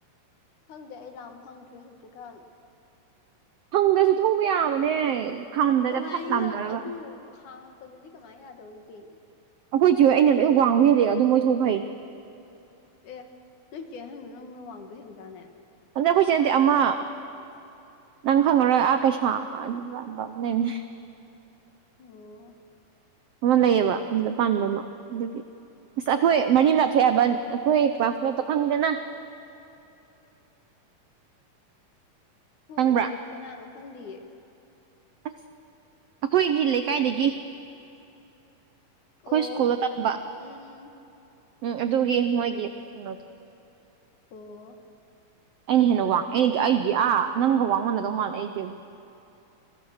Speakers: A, on the left; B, on the right.
A: ꯈꯪꯗꯦ ꯑꯩ ꯂꯥꯝ ꯐꯪꯗ꯭ꯔꯦ ꯍꯧꯖꯤꯛꯀꯥꯟ
B: ꯐꯪꯗꯁꯨ ꯊꯧꯕ ꯌꯥꯕꯅꯦ ꯈꯥꯝꯗꯥꯏꯗ
A: ꯀꯃꯥꯏꯅ
B: ꯐꯠ ꯂꯥꯝꯗꯔꯒ
A: ꯑꯗꯨ ꯈꯥꯡꯉꯛꯄꯗꯗꯤ ꯀꯃꯥꯏꯅ ꯌꯥꯗꯧꯔꯤꯒꯦ
B: ꯑꯩꯈꯣꯏ ꯆꯦ ꯍꯣꯢ ꯑꯩꯅ ꯂꯣꯏ ꯋꯥꯡꯕ ꯍꯦꯜꯂꯦ ꯑꯗꯨꯝ ꯃꯣꯏ ꯊꯧꯕ ꯍꯩ
A: ꯑꯦ ꯅꯣꯏꯆꯦ ꯑꯍꯟꯗꯨ ꯅꯪꯅ ꯋꯥꯡꯕ ꯍꯦꯟꯕ꯭ꯔꯥꯅꯦ
B: <unintelligible> ꯆꯦ ꯅꯠꯇꯦ ꯑꯃ ꯅꯪ ꯈꯪꯉꯔꯣꯏ ꯑꯥ ꯀꯩꯁꯥ <unintelligible> ꯑꯃ ꯂꯩꯕꯅꯦ
A: ꯑꯣ
B: ꯑꯃ ꯂꯩꯌꯦꯕ ꯃꯤꯗ ꯄꯥꯟꯕ ꯑꯃ ꯑꯗꯨꯒꯤ ꯑꯁ ꯑꯩꯈꯣꯏ ꯃꯔꯤ ꯃꯇꯥ ꯊꯣꯛ ꯑꯦ ꯍꯥꯏꯕ ꯑꯩꯈꯣꯏ ꯀ꯭ꯂꯁꯃꯦꯠ ꯇꯣ ꯈꯪꯉꯤꯗꯅꯥ
A: ꯍꯨ
B: ꯈꯪꯕ꯭ꯔꯥ
A: ꯀꯅꯥꯅꯣ ꯈꯪꯗꯤꯌꯦ
B: ꯑꯁ ꯑꯩꯈꯣꯏꯒꯤ ꯂꯩꯀꯥꯏꯗꯒꯤ ꯑꯩꯈꯣꯏ
A: ꯑꯣ
B: ꯁ꯭ꯀꯨꯜꯗ ꯇꯝꯕ
A: ꯎꯝ ꯎꯝ
B: ꯎꯝ ꯑꯗꯨꯒꯤ ꯃꯣꯏꯒꯤ ꯀꯩꯅꯣꯗꯣ
A: ꯑꯣ
B: ꯑꯩꯅ ꯍꯦꯟꯅ ꯋꯥꯡ ꯑꯩ ꯑꯩꯒꯤ ꯑꯥ ꯅꯪꯒ ꯋꯥꯡ ꯃꯥꯟꯅꯗꯧ ꯃꯥꯜꯂꯦ ꯑꯩꯁꯦ